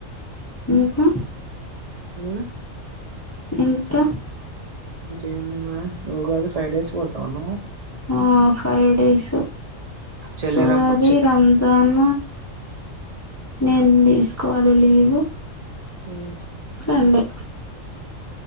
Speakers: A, on the left (about 25°); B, on the right (about 55°).
A: ఎంత
B: ఉ
A: ఎంత
B: ఏమున్నది ఉగాది ఫైవ్ డేస్ పోతున్నావా
A: హ ఫైవ్ డేసు
B: చెల్లె
A: అల్లాది
B: రమ్మ చె
A: రంజాన్ నేను తీసుకోవాలి లీవు
B: ఉ
A: సండే